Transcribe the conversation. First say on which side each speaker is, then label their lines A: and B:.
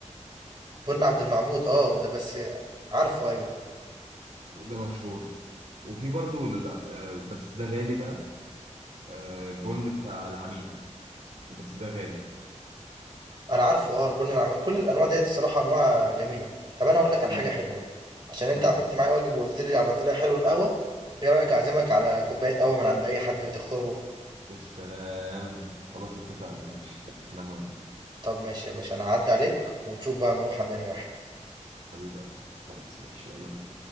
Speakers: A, on the right; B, on the right.
A: بن عبد المعبود اه ده بس عارفه ايوه
B: ده مشهور وفي برضو ال- آه، بس ده غالي بقى آه، بن بتاع العميد بس ده غالي
A: انا عارفه اه البن العم كل الانواع ديت الصراحه انواع جميله طب انا اقول لك على
B: امم
A: حاجه حلوه عشان انت
B: امم
A: عملت معايا واجب وقلت لي على طريقه حلوه القهوه ايه رايك اعزمك على كوبايه قهوه من عند اي حد تختاره
B: يا سلام خلاص اتفقنا ماشي انا موافق
A: طب ماشي يا باشا انا هعدي عليك ونشوف بقى نروح عند انهي واحد
B: حبيبي خلاص ماشي يلا بينا